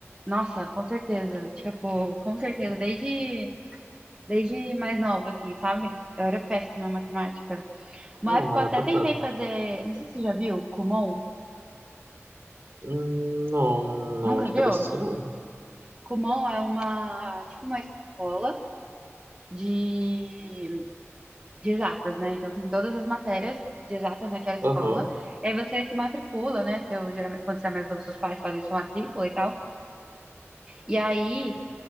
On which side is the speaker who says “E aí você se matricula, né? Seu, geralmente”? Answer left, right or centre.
Right